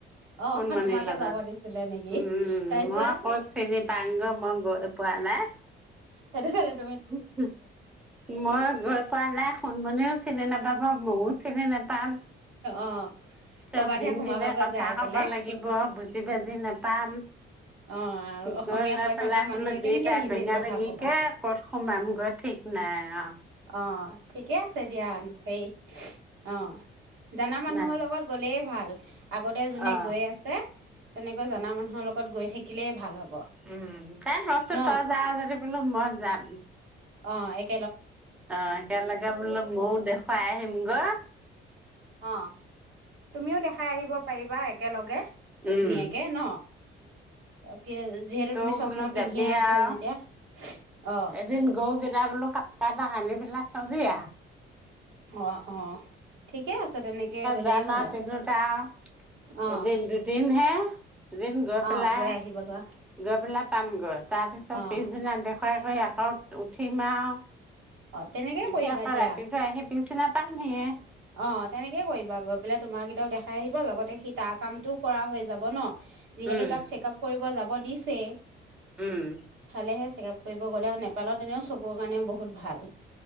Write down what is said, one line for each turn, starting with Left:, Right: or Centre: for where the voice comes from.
Right: অ
Centre: সোণমণিৰ
Right: তোমাকে
Centre: লগত।
Right: যাব দিছিলে নেকি
Centre: উম ও
Right: তাৰপিছত
Centre: মই ক'ত চিনি পাংগে মই গৈয়ে পোৱা নাই।
Right: সেদে সেৰেন
Centre: হু হু মই গৈ পোৱা নাই সুনমনিও সেইদিনা পা পা মও চিনি নেপাম,
Right: অ
Centre: চব
Right: কৰবাতহে
Centre: হিন্দীতে
Right: সোমাবাগৈ
Centre: কথা
Right: যাই
Centre: কব
Right: পেলাই
Centre: লাগিব বুজি বাজি নেপাম,
Right: অ অসমীয়া
Centre: গৈ লৈ
Right: কৈ
Centre: পেলাই
Right: থকা মানুহে
Centre: বোলো দুইটাই
Right: কেনেকে হিন্দীত
Centre: বেঙা
Right: কথা
Centre: বেঙিকে
Right: কবা
Centre: ক'ত সোমামগৈ ঠিক নাই অ।
Right: অ ঠিকে আছে দিয়া হেই উচ অ, জানা মানুহৰ
Centre: নাই
Right: লগত গ'লেই ভাল, আগতে জোনে
Centre: অ
Right: গৈ আছে তেনেকৈ জানা মানুহৰ লগত গৈ থাকিলেই ভাল হ'ব
Centre: উম, তাইক মাতছে
Right: ন
Centre: তই যা যদি বুলো মই যাম।
Right: অ এক
Centre: অ একেলগে বোলো ময়ো দেখুৱাই আহিম গৈ
Right: অ তুমিও দেখাই আহিব পাৰিবা একেলগে,
Centre: উম
Right: ধুনীয়াকে ন? <unintelligible> যিহেতু
Centre: তৌ
Right: তুমি চশমা
Centre: বোলো
Right: পিন্ধিয়ে
Centre: যাবি
Right: আছা
Centre: আৰু
Right: যেতিয়া। অ
Centre: এদিন গৌ যেত বোলো ক এটা আনি পেলাক চবি আৰু
Right: অ অ। ঠিকে আছে তেনেকে গ'লেই
Centre: যাম
Right: হ'ল
Centre: আও
Right: আৰু
Centre: তিনোটা আও,
Right: অ
Centre: এদিন দুদিন হে। এদিন গৈ
Right: অ
Centre: পেলাই,
Right: আহিবাগৈ
Centre: গৈ পেলাই পামগৈ। তাৰ পিছত
Right: অ
Centre: পিছদিনা দেখ খাই কৰি আকৌ উঠিম আও
Right: অ তেনেকে
Centre: উঠি
Right: কৰিবা
Centre: আকৌ
Right: দিয়া
Centre: ৰাতিটো আহি পিচদিনা পামহিয়ে।
Right: অ' তেনেকেই কৰিবা। গৈ পেলাই তোমাৰ কেইটাও দেখাই আহিবা। লগতে সি তাৰ কামটোও কৰা হৈ যাব ন? যিহেতু
Centre: উম
Right: তাক চেক-আপ কৰিব যাব দিছেই
Centre: উম।
Right: চেক-আপ কৰিব গ'লে আৰু নেপালত এনেও চকুৰ কাৰণে বহুত ভাল